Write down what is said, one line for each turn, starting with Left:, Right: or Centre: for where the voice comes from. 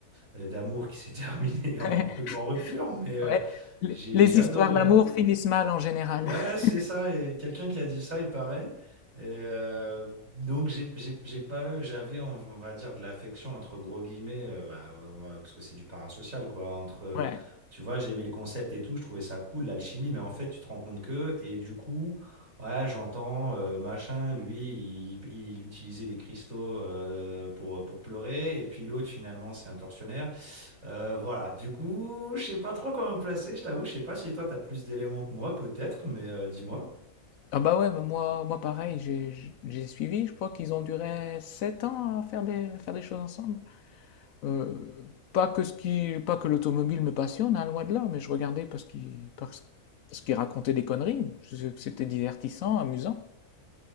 Right: euh, d'amour qui s'est <laughs> terminée en,
Left: <laughs>
Right: rup- en rupture, mais euh,
Left: Ouais, Les,
Right: j'ai
Left: les
Right: j'ai adoré.
Left: histoires d'amour
Right: hein.
Left: finissent mal en général.
Right: Ouais,
Left: <laughs>
Right: c'est ça. Et quelqu'un qui a dit ça, il paraît. Et euh, donc j'ai j'ai- j'ai pas, j'avais on, on va dire de l'affection entre gros guillemets, euh, bah, on va- parce que c'est du parasocial quoi. Entre,
Left: Ouais.
Right: tu vois, j'aimais le concept et tout, je trouvais ça cool l'alchimie, mais en fait tu te rends compte que et du coup, ouais, j'entends euh, machin, lui il, il utilisait des cristaux euh, pour pour pleurer et puis l'autre finalement c'est un tortionnaire. Euh, voilà, du coup, je sais pas trop comment me placer, je t'avoue, je sais pas si toi t'as plus d'éléments que moi, peut-être, mais euh, dis-moi.
Left: Ah bah ouais, bah moi, moi pareil, j'ai j'ai- j'ai suivi, je crois qu'ils ont duré 7 ans à faire des, à faire des choses ensemble. Euh, pas que ce qui, pas que l'automobile me passionne, hein, loin de là, mais je regardais parce qu'il parce, parce qu'il racontait des conneries. C'était divertissant, amusant.